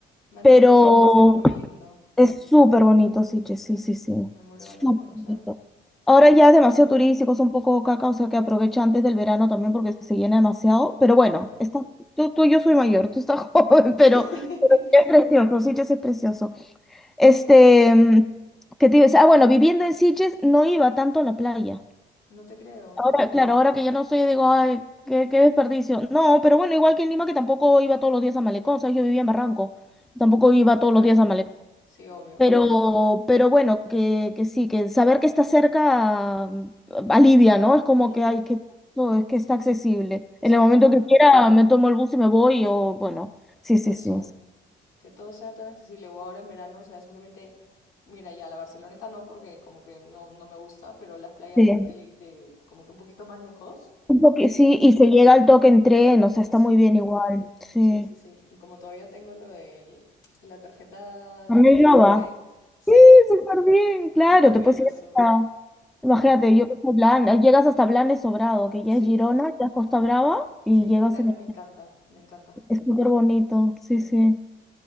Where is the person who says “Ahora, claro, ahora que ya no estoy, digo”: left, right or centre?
Centre